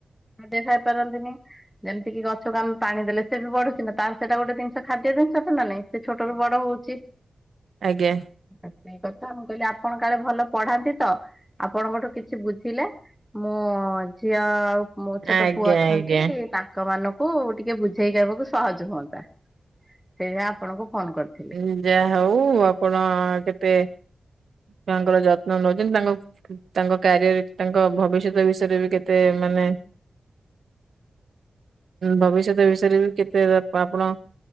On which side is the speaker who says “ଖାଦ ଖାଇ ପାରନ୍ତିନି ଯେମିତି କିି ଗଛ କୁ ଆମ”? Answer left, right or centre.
Centre